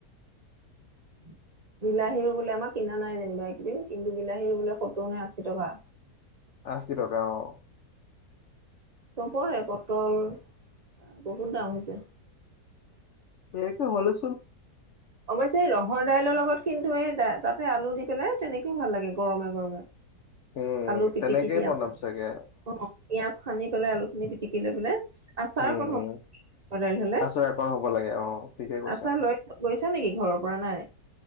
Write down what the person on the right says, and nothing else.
উম বিলাহীৰো বোলে আমাৰ কিনা নাই যেনিবা এইকেইদিন কিন্তু বিলাহীৰো বোলে ফটোও নাই আশী টকা।
চবৰে পটল, আ বহুত দাম হৈছে।
অৱশ্যে ৰহৰ দাইলৰ লগত কিন্তু এই তাতে আলু দি পেলাই তেনেকেও ভাল লাগে গৰমে গৰমে।
আলু পিটিকি
পিয়াজ
অ' পিয়াজ সানি পেল আলুখিনি পিটিকি লৈ পেলে, আচাৰ
অকণ হ
সদাই ললে,
আছাৰ লৈ লৈছা নেকি ঘৰৰ পৰা নাই?